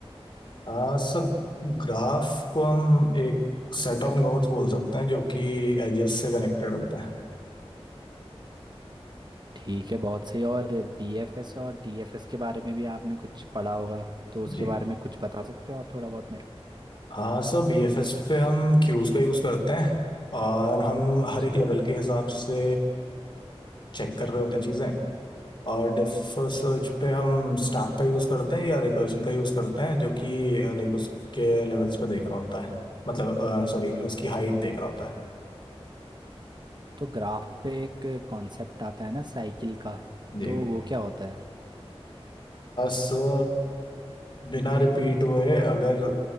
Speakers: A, on the left; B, on the right.
A: आ, सर ग्राफ को हम एक सेट ऑफ नोड्स बोल सकते हैं जो कि एजेस से कनेक्टेड होते हैं
B: ठीक है बहुत सही और बीएफएस और डीएफएस के बारे में भी आपने कुछ पढ़ा होगा तो उसके
A: जी
B: बारे में कुछ बता सकते हो आप थोड़ा बहुत मेरे को
A: हाँ सर बीएफएस पे हम क्यूज का यूज करते हैं और हम
B: अच्छा
A: हर एक लेवल के हिसाब से चेक कर रहे होते हैं चीजें और डेप्थ फर्स्ट सर्च पे हम स्टैक का यूज करते हैं या रिकर्शन का यूज करते हैं जो कि लाइक उसके लेवल्स पे देख रहा होता है मतलब सॉरी उसकी हाइट देख रहा होता है
B: तो ग्राफ पे एक कॉन्सेप्ट आता है ना साइकिल का
A: जी
B: तो वो क्या होता है
A: सो बिना रिपीट हुए अगर